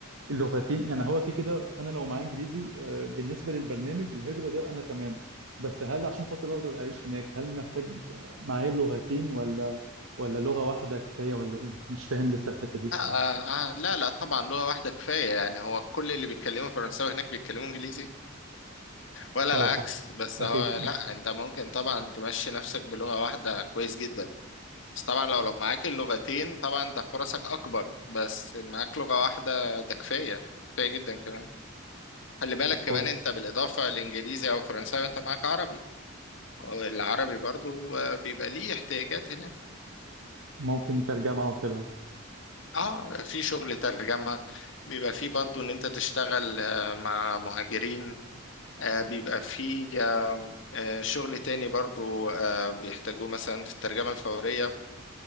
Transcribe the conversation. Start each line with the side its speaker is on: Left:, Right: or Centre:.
Right: اللغتين يعني هو كده كده انا لو معايا انجليزي آه، بالنسبه للبرنامج الهجره ده انا تمام بس هل عشان خاطر اقدر اعيش هناك هل محتاج آه، معايا لغتين ولا ولا لغه واحده كفايه ولا ايه مش فاهم لسه الحته دي الصراحه
Left: لا آه، آه، لا لا طبعا لغة واحدة كفاية يعني هو كل اللي بيتكلموا فرنساوي هناك بيتكلموا انجليزي ولا
Right: اه
Left: العكس
Right: صح
Left: بس
Right: اكيد
Left: هو لا
Right: اكيد
Left: انت ممكن طبعا تمشي نفسك بلغة واحدة كويس جدا بس طبعا لو لو معاك اللغتين طبعا انت فرصك اكبر بس معاك لغة واحدة ده كفاية كفاية جدا كمان خلي بالك
Right: طب
Left: كمان
Right: كويس
Left: انت بالاضافة لانجليزي او فرنساوي انت معاك عربي والعربي برضو آه، بيبقى ليه احتياجات هناك
Right: ممكن ترجمه او كده
Left: اه في شغل ترجمة بيبقى فيه برضو ان انت تشتغل آه، مع مهاجرين آه، بيبقى في آه، آه، شغل تاني برضو آه، بيحتاجوه مثلا في الترجمة الفورية